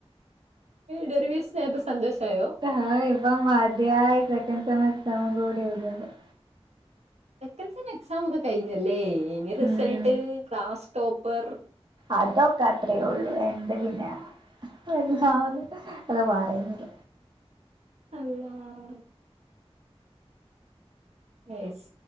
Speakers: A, on the right; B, on the right.
A: ഏഹ് ഡെറിവേസ്യായപ്പ സന്തോഷായോ
B: ആഹ് ഇപ്പം മത്യായി സെക്കെൻ സെമ്മ് ഇട്ത്ത് അതും കൂടി എഴ്ത്യേപ്പം
A: സെക്കെൻ സെം എക്സാമൊക്കെ കയ്ഞ്ഞല്ലേ ഇനി റിസെൾട്ട്
B: ഉം
A: ക്ലാസ് ടോപ്പർ
B: അതൊക്കെ അത്രേ ഒള്ളു എന്ത് പിന്നെ എന്താന്ന് ഞാൻ പറയുന്നില്ല
A: അള്ളാഹ് ഏസ്